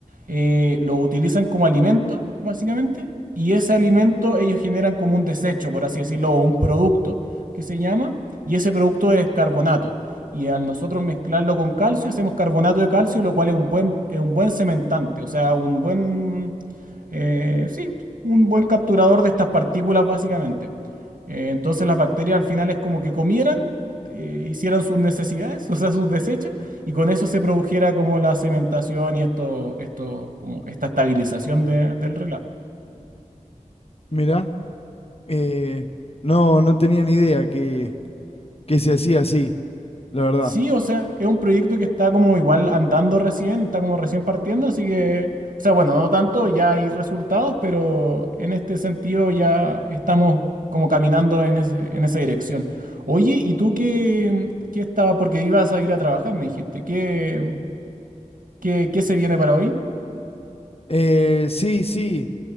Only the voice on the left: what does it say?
Mirá, eh, no, no tenía ni idea que, que se hacía así, la verdad.
Eh, sí, sí.